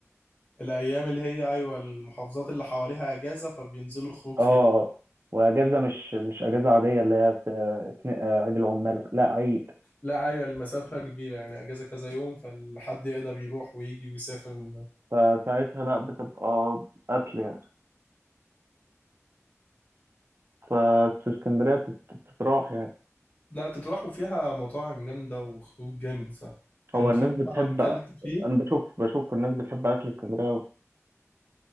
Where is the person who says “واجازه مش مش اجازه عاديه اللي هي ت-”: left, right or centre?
Right